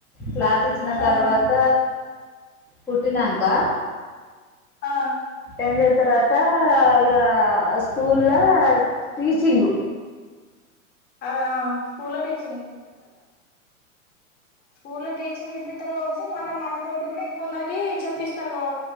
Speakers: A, in the centre; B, on the left (about 20°).
A: క్లాత్ ఇచ్చిన
B: ఆ
A: తర్వాత కుట్టినంకా
B: ఆ
A: ఏం చేత్తారట ఇగ స్కూల్లా టీచింగు
B: ఆ స్కూల్లో టీచింగ్ స్కూల్లో టీచింగ్ నేర్పిత్తారు కావచ్చు మళ్ళ మనతోటి కూడా ఇంకొందరికి చెప్పిస్తారు కావ